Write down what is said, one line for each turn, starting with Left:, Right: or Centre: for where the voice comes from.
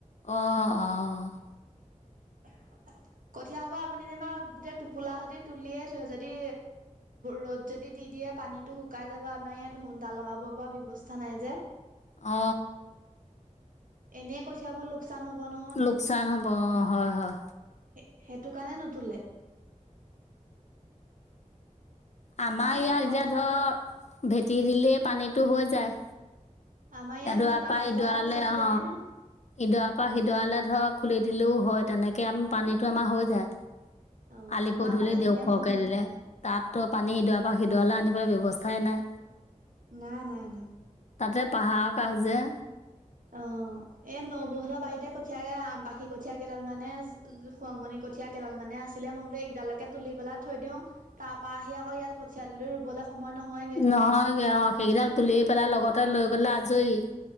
Left: অ অ।
Right: <unintelligible> কঠীয়া হ'বা আপুনি যেনিবা গোটেই টোপোলাহঁতে তুলিয়ে থই যদি ৰ'দ যদি দি দিয়ে। পানীতটো শুকাই যাবা আমাৰ ইয়াত সুনডা লগাব পৰা ব্যয়ৱস্থা নাই যে।
Left: অ।
Right: এনে কঠিয়াবোৰ লোকচান হব নহ।
Left: লোকচান হ'ব অ হয় হয়।
Right: এ সেইটো কাৰণে নুতলে।
Left: আমাৰ
Right: এই
Left: ইয়াত
Right: ঘৰৰ
Left: এতিয়া
Right: ওচৰতে
Left: ধৰ ভেটি দিলেই পানীতটো হৈ যায়।
Right: আমাৰ ইয়াত
Left: এডুৱা
Right: ভেটা
Left: পা
Right: চেটা
Left: ইডুৱালে
Right: এইবোৰ চিষ্টেমেই
Left: অ।
Right: নাই
Left: ইদুৱা পা সিদুৱালে ধৰ খুলি দিলেও হয় তেনেকে আমি পানীটো আমাৰ হৈ যায়।
Right: অ'
Left: আলি
Right: আমাৰ
Left: পধূলি
Right: আকৌ তেনেকে
Left: দিওঁ ওখকে
Right: নহয় নহয়।
Left: দিলে তাতো পানী
Right: অ',
Left: ইদুৱা। বা সিদুৱালে আনিবলৈ ব্যৱস্থাই নাই।
Right: নাই নাই নাই।
Left: তাতে পাহাৰৰ কাষ যে।
Right: অ এ নবহতৰ বাৰিতে। কঠিয় আমবাহী কঠীয়া কেইডাল মানে খুৱংমণি কঠীয়া কেইডাল মানে আছিলে মই বো একিডালকে। তুলি পেলাই থৈ দিওওঁ তাৰ পৰাা আহি আকৌ ইয়াত কঠিয় তুলি ৰুবলৈ সময় নহয়গে।
Left: নহয়গে অ সেইকেইডাল তুলি পেলাই লগতে লৈ গ'লে আজৰি।